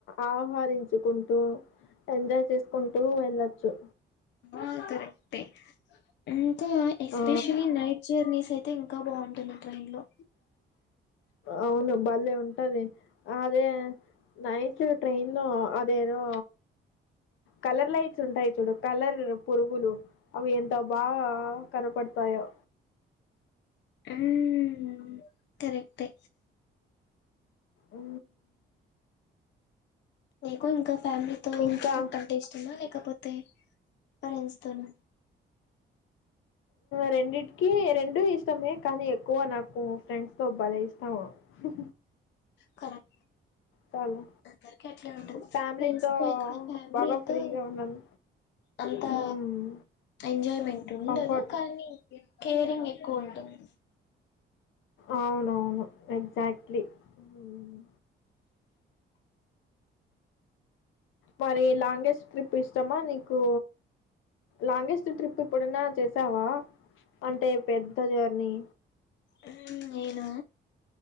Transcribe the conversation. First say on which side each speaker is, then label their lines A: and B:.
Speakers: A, on the left; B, on the left.
A: ఆహరించుకుంటూ ఎంజాయ్ చేసుకుంటూ వెళ్ళచ్చు
B: ఆ కరెక్టే ఇంకా ఎస్పెషలీ
A: ఆ
B: నైట్ జర్నీస్ అయితే అయితే ఇంకా బాగుంటుంది ట్రైన్ లో
A: అవును బలే ఉంటది అదే నైట్ ట్రైన్ లో అదేదో కలర్ లైట్స్ ఉంటాయి చూడు కలర్ పురుగులు అవి ఎంతో బా కనపడతాయో
B: ఉమ్మ్ కరెక్టే
A: ఉ
B: నీకు ఇంకా ఫ్యామిలీతో
A: ఇంకా
B: ట్రిప్ అంటే ఇష్టమా లేకపోతే పేరెంట్స్ తో నా
A: రెండిటికి రెండు ఇష్టమే కానీ ఎక్కువ నాకు ఫ్రెండ్స్ తో భలే ఇష్టము హు
B: కరెక్ట్
A: చాలు
B: అందరికి అట్లా ఉంటది
A: ఫ్యామిలీతో
B: ఫ్రెండ్స్ ఫ్యామిలీతో
A: బాగా ఫ్రీగా ఉన్నాను
B: అంతా
A: మ్మ్
B: ఎంజాయ్మెంట్ ఉండదు
A: కంఫర్ట్
B: కానీ కేరింగ్ ఎక్కువ ఉంటుంది
A: అవునవును ఎగ్జాక్ట్లీ ఉమ్ మరి లాంగెస్ట్ ట్రిప్ ఇష్టమా నీకు లాంగెస్ట్ ట్రిప్ ఎప్పుడున్నా చేసావా అంటే పెద్ద జర్నీ
B: హ నేనా